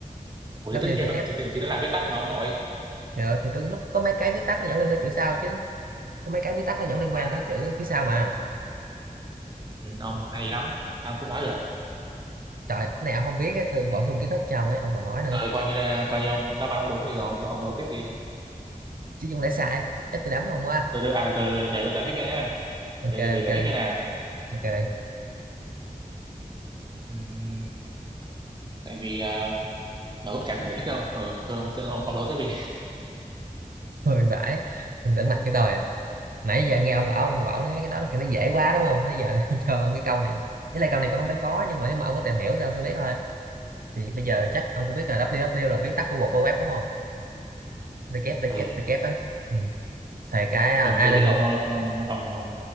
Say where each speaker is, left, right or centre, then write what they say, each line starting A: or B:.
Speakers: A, on the right; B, on the right.
A: Ủa
B: W
A: thì tất nhiên
B: chữ F
A: nó- thì, thì, thì nó là viết tắt mà ông nội
B: thì, ờ, thì tôi lúc có mấy cái viết tắt nó dẫn liên quan tới chữ sau chứ có mấy cái viết tắt nó dẫn liên
A: À,
B: quan tới chữ phía sau mà
A: ừ, ông hay lắm sao cũng nói được
B: trời cái này ông không biết ấy, tôi bổ sung kiến thức cho ông ấy ông còn nói nữa
A: Ờ, coi như là coi như ông đáp án ông đúng thì rồi ông ông đố tiếp đi
B: chứ không lẽ sai chắc tôi đấm ông quá
A: từ từ à từ từ để tôi giải thích cho nhé
B: ok
A: để để
B: ok
A: giải thích cho nè
B: ok
A: Ừm, tại vì à, nó cũng chả cần giải thích đâu ừ, thôi ông ông ông đố tiếp đi
B: hơi vãi ông đỡ mặt cái tôi à. nãy giờ nghe ông bảo ông bảo nói cái đó là cái nó dễ quá đúng không thế giờ <laughs> tôi cho ông cái câu này với lại câu này cũng không phải khó nhưng mà nếu mà ông có tìm hiểu thì ông
A: ừ,
B: sẽ biết thôi thì bây giờ chắc ông cũng biết là www là viết tắt của World Wide Web đúng không www
A: ừ,
B: á ừ. thì cái à,
A: ừ,
B: ai
A: tôi
B: là
A: biết
B: người
A: ông ờ, ông ông ông